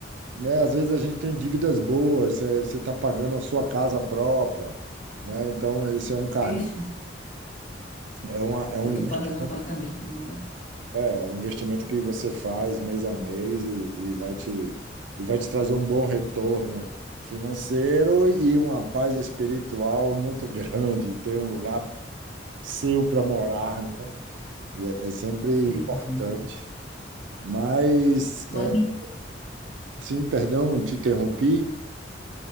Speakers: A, on the right; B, on the left.
A: né? Às vezes a gente tem dívidas boas, eh, você está pagando a sua casa própria, né? Então, esse é um carne,
B: é isso.
A: é uma, é um
B: Eu
A: investi-
B: tô pagando apartamento agora.
A: é, é um investimento que você faz mês a mês e, e vai te, e vai te trazer um bom retorno financeiro e uma paz espiritual muito <laughs> grande, ter um lugar seu para morar, né? É, é sempre
B: Sim,
A: importante.
B: sim.
A: Mas,
B: Mas,
A: eh, sim, perdão, te interrompi.